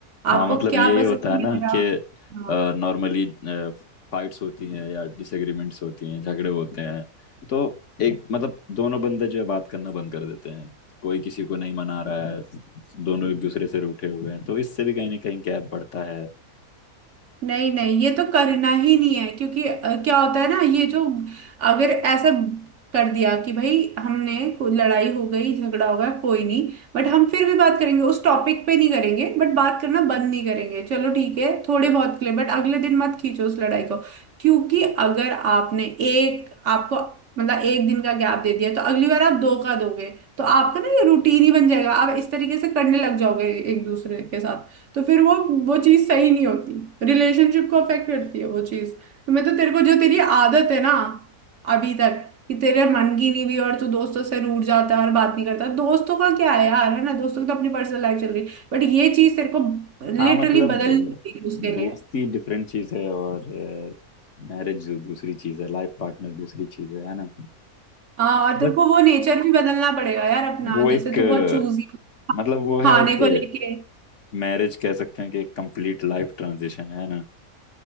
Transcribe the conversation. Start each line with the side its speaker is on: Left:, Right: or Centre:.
Left: हाँ
Right: आपको
Left: मतलब
Right: क्या
Left: यही
Right: पसंद
Left: होता है
Right: नहीं
Left: ना
Right: आ रहा
Left: कि
Right: हाँ।
Left: नॉर्मली फाइट्स होती हैं या डिसएग्रीमेंट्स होती हैं झगड़े होते हैं तो एक मतलब दोनों बंदे जो है बात करना बंद कर देते हैं कोई किसी को नहीं मना रहा है दोनों एक दूसरे से रूठे हुए हैं तो इससे भी कहीं ना कहीं गैप बढ़ता है
Right: नहीं नहीं ये तो करना ही नहीं है क्योंकि अ, क्या होता है ना ये जो अगर ऐसा कर दिया कि भाई हमने को- लड़ाई हो गई झगड़ा हो गया कोई नहीं बट हम फिर भी बात करेंगे उस टॉपिक पे नहीं करेंगे बट बात करना बंद नहीं करेंगे चलो ठीक है थोड़े बहुत के लिए बट अगले दिन मत खींचो उस लड़ाई को क्योंकि अगर आपने एक आपको मतलब एक दिन का गैप दे दिया तो अगली बार आप दो का दोगे तो आपका ना ये रूटीन ही बन जाएगा आप इस तरीके से करने लग जाओगे एक दूसरे के साथ तो फिर वो वो चीज सही नहीं होती रिलेशनशिप को अफेक्ट करती है वो चीज तो मैं तो तेरे को जो तेरी आदत है ना अभी तक कि तेरे मन की नहीं भी और तू दोस्तों से रूठ जाता है और बात नहीं करता दोस्तों का क्या है यार है ना दोस्तों की तो अपनी पर्सनल लाइफ चल रही है बट ये चीज तेरे को लिटरली
Left: हाँ मतलब
Right: बदलनी पड़ेगी
Left: अ,
Right: उसके लिए
Left: दोस्ती डिफरेंट चीज है और मैरिज दूसरी चीज है लाइफ पार्टनर दूसरी चीज है है ना
Right: हाँ और तेरे
Left: बट
Right: को वो नेचर भी बदलना पड़ेगा यार अपना
Left: वो एक
Right: जैसे तू
Left: अ,
Right: बहुत चूजी
Left: मतलब वो है
Right: खाने
Left: कि
Right: को लेके
Left: मैरिज कह सकते हैं कि एक कंप्लीट लाइफ ट्रांजिशन है ना